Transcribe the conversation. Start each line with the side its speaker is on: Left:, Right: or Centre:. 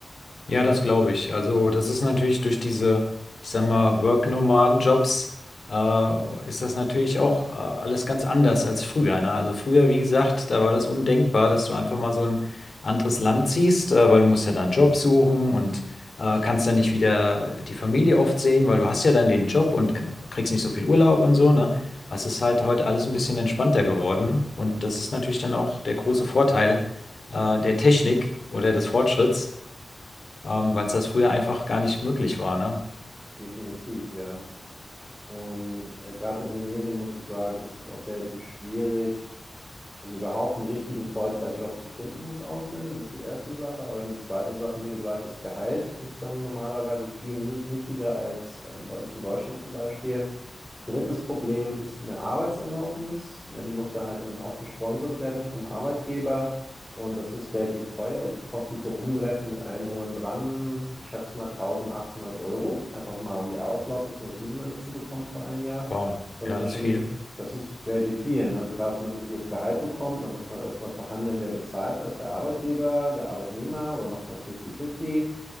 Left: Ja, das glaube ich. Also, das ist natürlich durch diese, ich sag mal, Work-Nomaden-Jobs, äh, ist das natürlich auch äh, alles ganz anders als früher, ne? Also früher, wie gesagt, da war das
Centre: Mhm.
Left: undenkbar, dass du einfach mal so ein anderes Land ziehst, äh, weil du musst ja dann einen Job suchen und äh, kannst dann nicht wieder die Familie oft sehen, weil du hast ja dann den Job und k- kriegst nicht so viel Urlaub und so, ne? Das ist halt heute alles ein bisschen entspannter geworden und das ist natürlich dann auch der große Vorteil äh, der Technik oder des Fortschritts ähm, weil es das früher einfach gar nicht möglich war, ne?
Centre: Definitiv, ja. Und äh, gerade in Indonesien muss ich sagen, ist es auch relativ schwierig, also überhaupt einen richtigen Vollzeitjob zu finden als Ausländer, das ist die erste Sache. Aber dann die zweite Sache, wie gesagt, das Gehalt ist dann normalerweise viel niedri- niedriger als ähm, bei uns in Deutschland zum Beispiel. Drittes Problem ist eine Arbeitserlaubnis. Ja, die muss da halt dann auch gesponsert werden vom Arbeitgeber. Und das ist relativ teuer. Es kostet so umgerechnet mit allem drum und dran, ich schätze mal 1800 Euro. Einfach mal, um die Arbeitserlaubnis und das Visum damit zu bekommen für ein Jahr.
Left: Wow,
Centre: Dann
Left: ja,
Centre: ist das
Left: das
Centre: schon
Left: ist viel.
Centre: die, Fr- das ist relativ viel. Ne? Also gerade wenn man ein niedriges Gehalt bekommt, dann muss man erstmal verhandeln, wer bezahlt das, der Arbeitgeber, der Arbeitnehmer oder macht man 50-50.